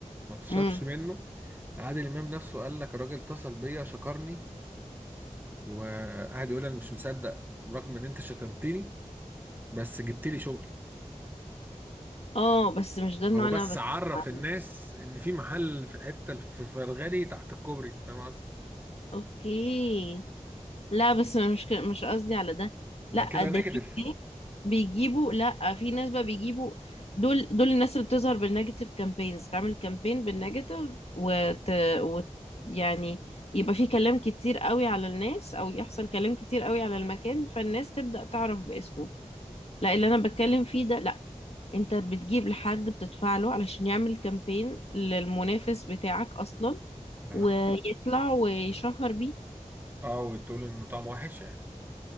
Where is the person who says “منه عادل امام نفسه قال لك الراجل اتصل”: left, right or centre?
Right